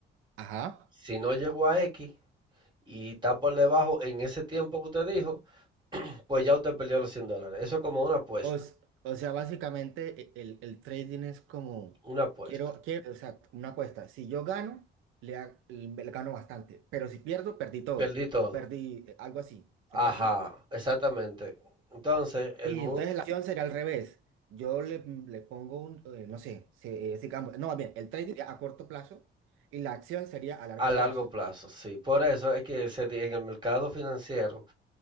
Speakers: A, on the right; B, on the right.
A: Ajá.
B: Si no llegó a X y está por debajo en ese tiempo que usted dijo, pues ya usted perdió los 100 dólares. Eso es como una apuesta,
A: O, s- o sea, básicamente e- el, el trading es como,
B: una apuesta.
A: quiero, quiero, o sea, una apuesta. Si yo gano, le, ha- le gano bastante, pero si pierdo, perdí todo,
B: Perdí todo.
A: o perdí eh, algo así. ¿Sería
B: Ajá,
A: así?
B: exactamente. Entonces, el
A: Y
B: mu-
A: entonces la acción sería al revés. Yo le, le pongo un, eh, no sé, si, eh, sigamos- no, más bien, el trading sería a corto plazo y la acción sería a largo
B: a largo
A: plazo.
B: plazo, sí. Por eso es que se di- en el mercado financiero,